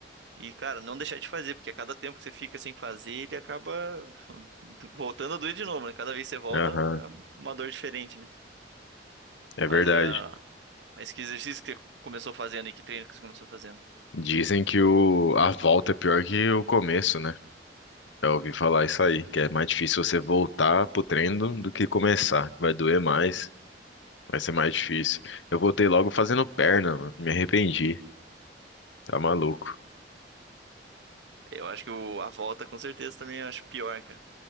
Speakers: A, on the right; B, on the left.
A: E, cara, não deixar de fazer, porque a cada tempo que você fica sem fazer, ele acaba <laughs> voltando a doer de novo, né? Cada vez que você volta,
B: Aham,
A: é uma dor diferente, né?
B: é
A: Mas,
B: verdade.
A: ah, mas que exercício que você começou fazendo e que treino que você começou fazendo?
B: Dizem que o, a volta é pior que o começo, né? Já ouvi falar isso aí, que é mais difícil você voltar pro treino do do que começar. Vai doer mais. Vai ser mais difícil. Eu voltei logo fazendo perna, mano. Me arrependi. Tá maluco.
A: Eu acho que o- a volta com certeza também eu acho pior, cara.